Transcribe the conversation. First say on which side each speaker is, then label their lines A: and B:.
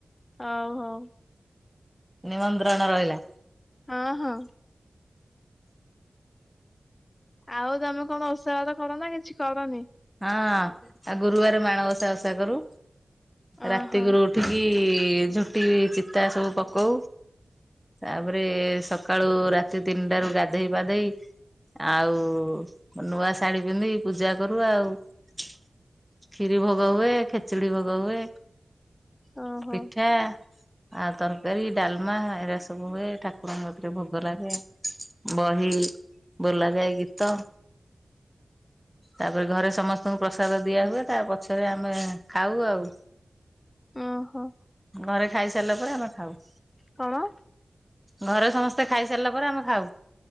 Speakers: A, on the left; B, in the centre.
A: ହଉ ହଉ।
B: ନିମନ୍ତ୍ରଣ ରହିଲା।
A: ହଁ ହଁ। ଆଉ ତମେ କଣ ଓଷାବାସ କର ନା କିଛି କରନି?
B: ହଁ ଆଉ ଗୁରୁବାର ମାଣବସା ଓଷା କରୁ।
A: ଓହୋ
B: ରାତିକୁକୁ ଉ ଉଠିକି ଝୋଟି ଚିତା ସବୁ ପକଉ। ତାପରେ ସକାଳୁ ରାତି ତିନିଟାରୁ ଗାଧେଇ ପାଧେଇ ଆଉ ନୂଆ ଶାଢୀ ପିନ୍ଧିକି ପୂଜା କରୁ। ଆଉ କ୍ଷିରି ଭୋଗ ହୁଏ। ଖେଚୁଡି ଭୋଗ ହୁଏ।
A: ଓହୋ
B: ପିଠା ଆଉ ତରକାରୀ ଡାଲମା ଏରା ସବୁ ହୁଏ। ଠାକୁରଙ୍କ କତିରେ ଭୋଗ ଲାଗେ। ବହି ବୋଲା ଯାଏ ଗୀତ। ତାପରେ ଘରେ ସମସ୍ତଙ୍କୁ ପ୍ରସାଦ ଦିଆ ହୁଏ ତା ପଛରେ ଆମେ ଖାଉ ଆଉ।
A: ଓହୋ।
B: ଘରେ ଖାଇ ସାରିଲା ପରେ ଆମେ ଖାଉ।
A: କଣ
B: ଘରେ ସମସ୍ତେ ଖାଇସାରିଲା ପରେ ଆମେ ଖାଉ।